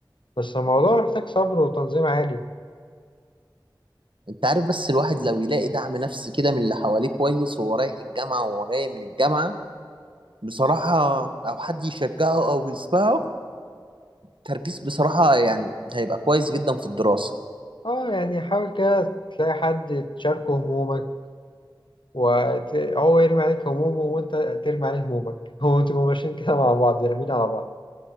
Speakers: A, on the left; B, on the right.
A: بس الموضوع محتاج صبر وتنظيم عالي
B: أنت عارف بس الواحد لو يلاقي دعم نفسي كده من اللي حواليه كويس وهو رايح الجامعة وهو جاي من الجامعة بصراحة أو حد يشجعه أو يسمعه تركيز بصراحة يعني هيبقى كويس جدا في الدراسة
A: اه يعني حاول كده تلاقي حد تشاركه همومك وت... هو يرمي عليك همومه وانت ترمي عليه همومك <laughs> هو تبقوا ماشيين كده مع بعض رامين على بعض